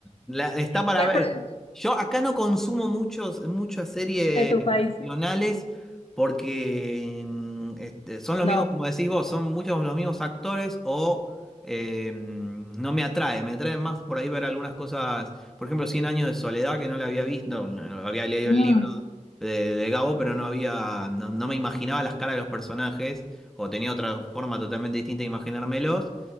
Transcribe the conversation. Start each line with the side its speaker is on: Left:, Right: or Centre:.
Centre: La- está para
Left: Yo al
Centre: ver.
Left: pri-
Centre: Yo acá no consumo muchos, muchas series
Left: ¿De tu país?
Centre: nacionales porque mm, este, son los
Left: No.
Centre: mismos, como decís vos, son muchos los mismos actores o eh, mm, no me atrae. Me atrae más por ahí ver algunas cosas, por ejemplo, cien años de soledad que no la había visto, no, no, no había leído
Left: Mm,
Centre: el libro de, de Gabo, pero no había, no, no me imaginaba las caras de los personajes o tenía otra forma totalmente distinta de imaginármelos